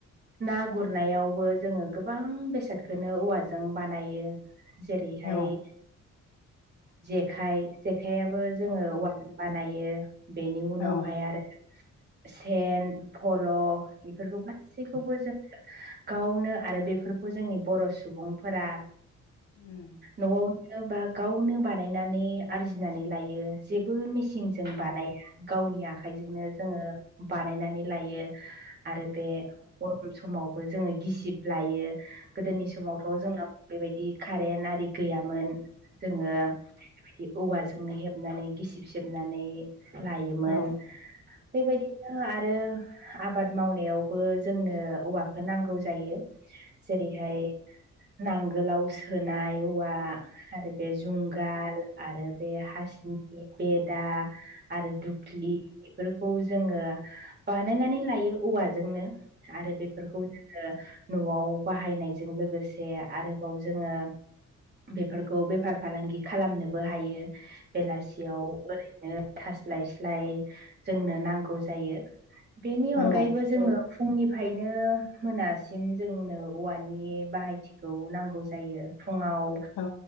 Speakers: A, on the right; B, on the left.
A: ना गुरनायावबो जोङो गोबां बेसादखौनो औवाजों बानायो जेरैहाय
B: औ
A: जेखाइ जेखाइयाबो जोङो औवाजों बानायो बेनि
B: औ
A: उनावहाय आरो सेन फल' बेफोरखौ गासैखौबो
B: औ
A: जों गावनो आरो बेफोरखौ जोंनि बर' सुबुंफोरा
B: उम
A: न'आवनो बा गावनो बानायनानै आरजिनानै लायो जे बो मेसिनजों बानाया गावनि आखाइजोंनो जोङो बानायनानै लायो आरो बे गरम समावबो जोङो गिसिब लायो गोदोनि समावथ' जोंनो बेबायदि कारेन्ट आरि गैयामोन जोङो बेबायदि औवाजोंनो हेबनानै गिसिब सिबनानै लायोमोन
B: औ
A: बेबायदिनो आरो आबाद मावनायावबो जोंनो औवाखौ नांगौ जायो जेरैहाय नांगोलाव सोनाय औवा आरो बे जुंगाल आरो बे हासिनि बेदा आरो दुख्लि बेफोरखौ जोङो बानायनानै लायो औवाजोंनो आरो बेफोरखौ जोङो न'आव बाहायनायजों लोगोसे आरोबाव जोङो बेफोरखौ बेफार फालांगि खालामनोबो हायो बेलासियाव ओरैनो थास्लाय स्लाय जोंनो नांगौ जायो बेनि अनगायैबो
B: औ
A: जोङो फुंनिफ्रायनो मोनासिम जोंनो औवानि बाहायथि खौ नांगौ जायो फुङाव
B: औ